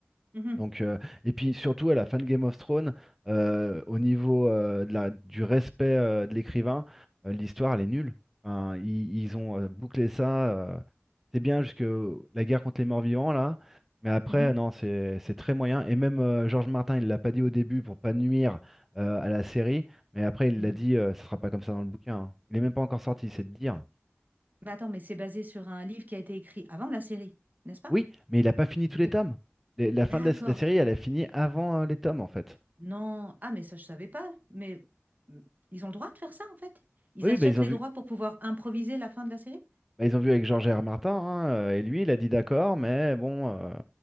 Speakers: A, on the right (about 40°); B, in the centre.
A: mhm,
B: Donc, euh, et puis surtout à la fin de Game of Thrones, euh, au niveau euh, de la- du respect euh, de l'écrivain, euh, l'histoire elle est nulle. Enfin, ils, ils ont euh, bouclé ça. euh, c'est bien jusque euh, la guerre contre les morts-vivants là, mais après
A: mhm,
B: non, c'est c'est très moyen. Et même euh, George Martin, il l'a pas dit au début pour pas nuire euh, à la série, mais après il
A: mhm.
B: l'a dit, euh, ça sera pas comme ça dans le bouquin. hein. Il est même pas encore sorti, c'est de dire.
A: Mais attends, mais c'est basé sur un livre qui a été écrit avant la série, n'est-ce pas?
B: Oui, mais il a pas fini tous
A: Ok.
B: les tomes. Les- la fin
A: D'accord.
B: de la, la série, elle a fini avant euh, les tomes en fait.
A: Non, ah mais ça je savais pas, mais mm, ils ont le droit de faire ça en fait. Ils
B: Oui, oui,
A: achètent
B: bah ils
A: les
B: ont vu,
A: droits pour pouvoir improviser la fin de la série.
B: Bah, ils ont vu avec Georges R. Martin, hein, euh, et lui, il a dit d'accord, mais bon, euh,